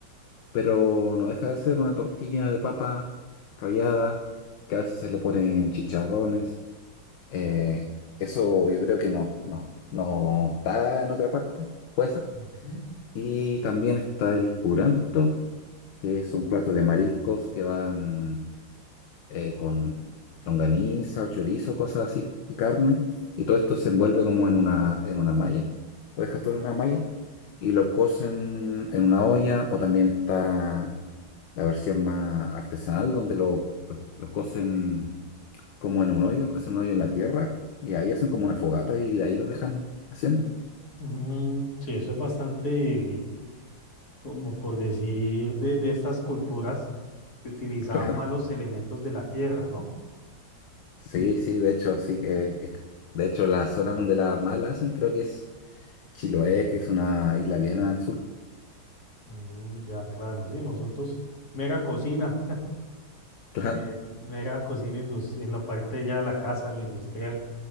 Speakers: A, on the left (about 65°); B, on the left (about 50°).
A: pero no deja de ser una tortilla de papa rallada, que a veces se le ponen chicharrones. Eh, eso yo creo que no, no, no está en otra parte, puede ser.
B: ujú,
A: Y también está el curanto, que es un plato de mariscos que van eh, con longaniza o chorizo, cosas así, y carne, y todo esto se envuelve como en una, en una malla, lo dejas todo en una malla, y lo cocen en una olla, o también está la versión más artesanal, donde lo, lo, lo cocen como en un hoyo, hacen un hoyo en la tierra, y ahí hacen como una fogata y de ahí lo dejan haciendo. <laughs>
B: ujú. Sí, eso es bastante como por decir, de, de estas culturas que utilizaban
A: Claro.
B: malos elementos de la tierra, ¿no?
A: Sí, sí, de hecho, sí. eh, es- de hecho, la zona donde la más la hacen creo que es Chiloé, que es una isla bien al sur,
B: Mm, ya, claro, sí, nosotros, mera cocina,
A: <laughs> claro.
B: eh, mera cocina indus- en la parte ya de la casa, en lo industrial.